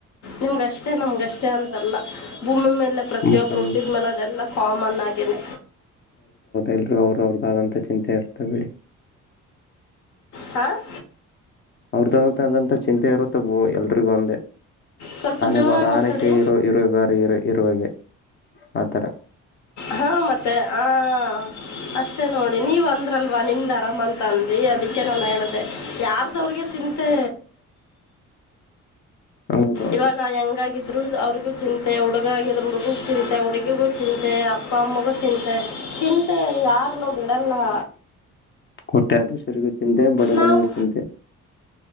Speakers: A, on the left; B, on the left.
A: ನಿಮ್ಗಷ್ಟೇ ನಮ್ಗಷ್ಟೇ ಅಂತಲ್ಲ ಭೂಮಿ ಮೇಲೆ ಪ್ರ <unintelligible> ಮತೊಬ್
B: ಬಟ್ ನಮ್
A: ರರುಟ್ಟಿದ್ಮೇಲ ಅದೆಲ್ಲ ಕಾಮನ್ ಆಗನೆ
B: ಎಲ್ರೂ ಅವರು ಅವ್ರದ ಆದಂತಥ ಚಿಂತೆ ಇರುತ್ತ ಬೀಡಿ
A: ಹ <inaudible>
B: ಅವ್ರದ್ದತ ಆದಂಥ ಚಿಂತೆ ಇರುತ್ತೋ ಎಲ್ರಿಗೂ ಒಂದೇ
A: ಸ್ವಲ್ಪ
B: ಆನೆ
A: ಜೋರಾಗಿ
B: ಬರ
A: ಮಾತಾಡಿ
B: ಆನಕ ಇರೋ ಇರುವೆ ಬರ ಇರ ಇರುವಾಗೆ ಆತರ
A: ಹಾ ಮತ್ತೆ ಆ ಅಷ್ಟ <unintelligible> ಅಷ್ಟೆ ನೋಡಿ ನೀವ ಅಂದ್ರಲ್ವಾ ನಿಮ್ದ್ ಅರಾಮ ಅಂತ ಅಂದ್ವಿ ಅದಕ್ಕೆ ನಾನು ಹೇಳ್ದ ಯ ಅದ ಅವ್ರಿಗೆ ಚಿಂತೆ
B: ಹೌದೌದು
A: ಇವಾಗ ಹೆಂಗಗಿದ್ರು ಅವ್ರ <unintelligible> ಚಿಂತೆ ಹುಡುಗಗಿದ್ರ ಹುಡುಗ ಚಿಂತೆ ಹುಡುಗಿಗೂ ಚಿಂತೆ ಅಪ್ಪ ಅಮ್ಮಗೂ ಚಿಂತೆ ಚಿಂತೆ ಯಾರನ್ನೂ ಬಿಡಲ್ಲ
B: ಕಟ್ಟೆ ಆದ ದೇಶಗ <unintelligible> ಚಿಂತೆ ಬಡಗನವು
A: ನಾವು
B: ಚಿಂತೆ